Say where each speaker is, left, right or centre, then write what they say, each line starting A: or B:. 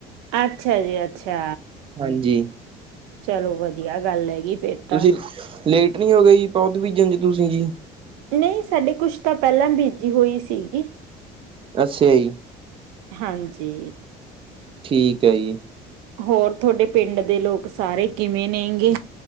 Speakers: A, on the right (about 85°); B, on the right (about 30°).
A: ਅੱਛਾ ਜੀ ਅੱਛਾ,
B: ਹਾਂਜੀ
A: ਚਲੋ ਵਧੀਆ ਗੱਲ ਹੈਗੀ ਫਿਰ
B: ਤੁਸੀਂ
A: ਤਾਂ
B: ਲੇਟ ਨੀ ਹੋਗੇ ਜੀ ਪੌਧ ਬੀਜਣ ਚ ਤੁਸੀਂ ਜੀ।
A: ਨਈ ਸਾਡੇ ਕੁੱਛ ਤਾਂ ਪੈਲਾਂ ਬੀਜੀ ਹੋਈ ਸੀਗੀ।
B: ਅੱਛਾ ਜੀ।
A: ਹਾਂਜੀ।
B: ਠੀਕ ਐ ਜੀ।
A: ਹੋਰ ਥੋੜੇ ਪਿੰਡ ਦੇ ਲੋਕ ਸਾਰੇ ਕਿਵੇਂ ਨੇਗੇ।